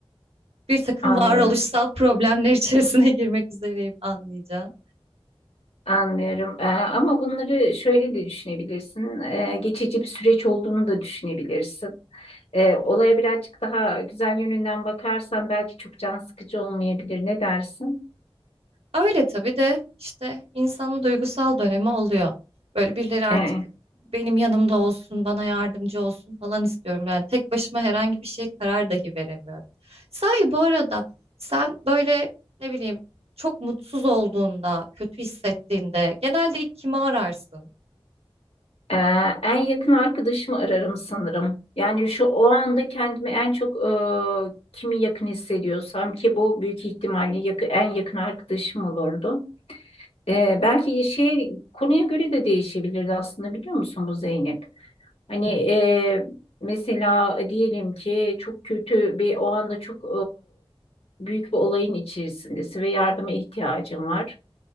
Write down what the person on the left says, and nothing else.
anlıyorum.
Anlıyorum. Ee, ama bunları şöyle de düşünebilirsin. Ee, geçici bir süreç olduğunu da düşünebilirsin. Ee, olaya birazcık daha güzel yönünden bakarsan belki çok can sıkıcı olmayabilir. Ne dersin?
Ee,
Ee, en yakın arkadaşımı ararım sanırım. Yani şu o anda kendimi en çok e, kimi yakın hissediyorsam ki bu büyük ihtimalle yakı- en yakın arkadaşım olurdu. Ee, belki şey konuya göre de değişebilirdi aslında biliyor musun bu Zeynep? Hani
e, mesela diyelim ki çok kötü bir o anda çok e, büyük bir olayın içerisindesin ve yardıma ihtiyacın var.